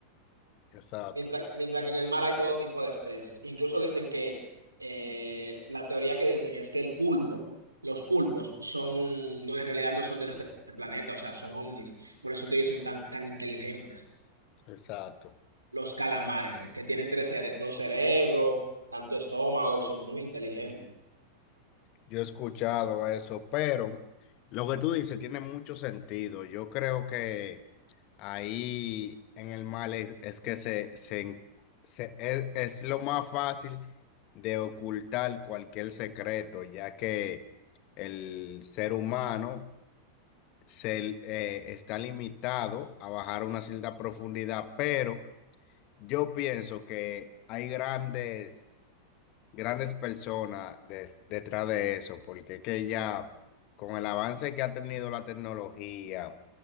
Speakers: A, on the left; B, on the right.
A: exacto,
B: mientras, mientras que en el mar hay todo tipo de especies. Incluso dicen que eh, la teoría que dicen es que el pulpo, los pulpos son, no, en realidad no son de este planeta, o sea, son ovnis, por eso que ellos son tan, tan inteligentes.
A: exacto.
B: Los calamares, que tienen tres cere- dos cerebros, tanto estómago, y son muy inteligentes.
A: Yo he escuchado eso, pero lo que tú dices tiene mucho sentido. Yo creo que... Ahí en el mal es, es que se, se en- se- es, es lo más fácil de ocultar cualquier secreto, ya que el ser humano se, l- eh, está limitado a bajar una cierta profundidad, pero yo pienso que hay grandes grandes personas de- detrás de eso, porque es que ya con el avance que ha tenido la tecnología